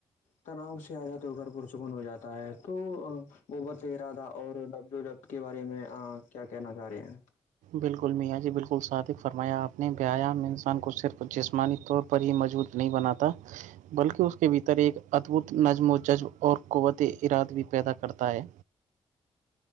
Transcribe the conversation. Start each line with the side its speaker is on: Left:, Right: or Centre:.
Left: تناؤ سے آ جاتاد ہو کر پرسکون ہو جاتا ہے تو وہبت ارادہ اور نبظ و ج کے بارے میں کیا کہنا چاہ رہے ہیں
Right: بالکل میاں جی بالکل ادق فرمایا آپ نے بیایام انسان کو صرف جسمانی طور پر ہی مجبوط نہیں بناتا بلکہ اس کے بھیتر ایک ادبھت نظم و جذب اور قوت اراد بھی پیدا کرتا ہے